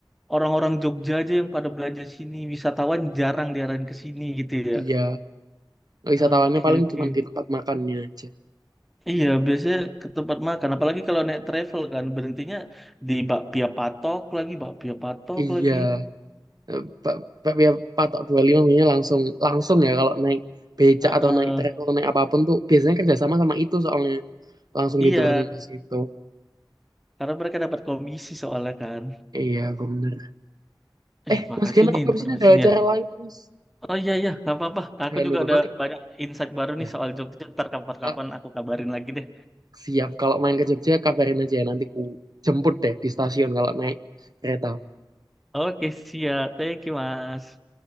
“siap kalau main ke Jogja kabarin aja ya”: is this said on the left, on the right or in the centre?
Right